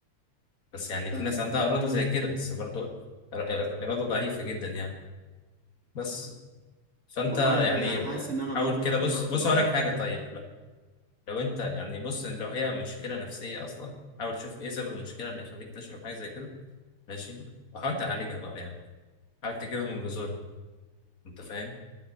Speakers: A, on the left; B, on the right.
A: بس يعني
B: فاهمك
A: في ناس عندها اراده زي كده بس برضه إر- إر- اراده ضعيفه جدا يعني بس فانت
B: والله
A: يعني
B: انا حاسس ان انا برضو
A: حاول كده بص
B: ارادتي
A: بص
B: ضعيفه
A: اقول لك حاجه طيب لا. لو انت يعني بص لو هي مشكله نفسيه اصلا حاول تشوف ايه سبب المشكله اللي يخليك تشرب حاجه زي كده ماشي وحاول تعالجها بقى يعني حاول تجيبها من جذورها انت فاهم